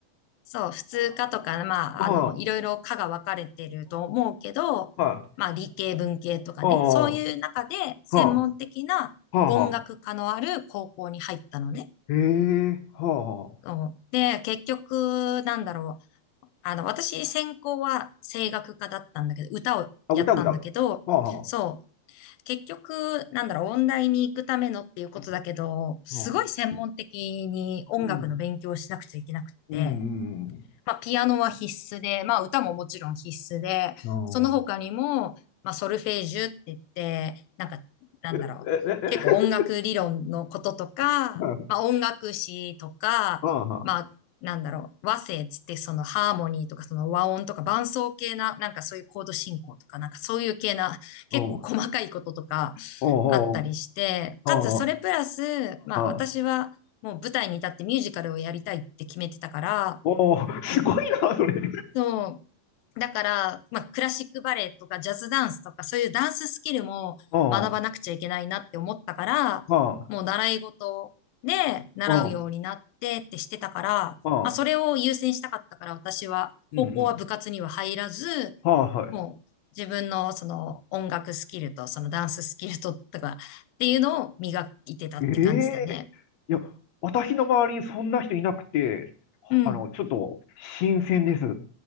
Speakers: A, on the left; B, on the left.
A: そう、普通科とか、まあ、
B: うん、
A: あの、
B: うん、
A: いろいろ科が分かれてると思うけど、
B: はい、
A: まあ、理系、文系とかね、
B: うん、は
A: そういう中で専門的な音楽科のある高校に入ったのね。
B: あ、はあ、はあ。へえ、はあ、は
A: そうで、結局、なんだろう。あの、私、専攻は声楽科だったんだけど、歌をやったんだけど、
B: あ。あ、歌歌う。はあ、はあ。
A: そう。結局、なんだろう、音大に行くためのっていうことだけど、すごい専門的に音楽の勉強をしなくちゃいけなくって、
B: うん。うん、うん、うん。
A: まあ、ピアノは必須で、まあ、歌ももちろん必須で、
B: うん。
A: その他にも、
B: ん
A: まあ、ソルフェージュって言って、なんか、なんだろう、
B: え、え、え、
A: 結構音楽理論のこととか、
B: え、う
A: まあ、音楽史とか、
B: ん、うん、
A: まあ、なんだろう、和声っつってそのハーモニーとかその和音とか伴奏系な、なんかそういうコード進行とか、なんかそういう系な、結構細かいこととか
B: うん、うん、うん、う
A: あったりして、
B: ん、
A: かつそれプラス、
B: うん、
A: まあ私はもう舞台に立ってミュージカルをやりたいって決めてたから、
B: うん、おー、すごいな、それ。
A: そう、だから、まあ、クラシックバレエとかジャズダンスとか、そういうダンススキルも学ばなくちゃいけないなって思ったから、
B: うん、うん、うん、
A: もう習い事で習うようになってってしてたから、
B: うん、うん、
A: まあ、それを優先したかったから、私は、
B: うん、
A: 高校は部活には入らず、
B: はい、は
A: もう自分のその音楽スキルとそのダンススキルととかっていうのを磨いてたって感じだね。
B: い。ええいや、私の周りにそんな人いなくて、
A: うん。
B: あの、ちょっと新鮮です。